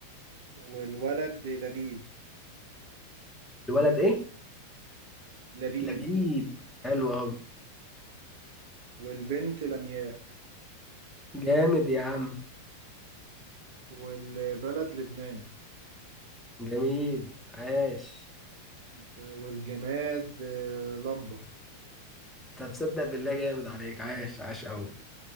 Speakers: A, on the right (about 50°); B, in the centre.
A: والولد لبيب
B: الولد ايه
A: لبيب
B: لبيب حلو اوي
A: والبنت لمياء
B: جامد يا عم
A: والبلد لبنان
B: جميل عاش
A: والجماد آه، لمبة
B: طب تصدق بالله جامد عليك عاش عاش اوي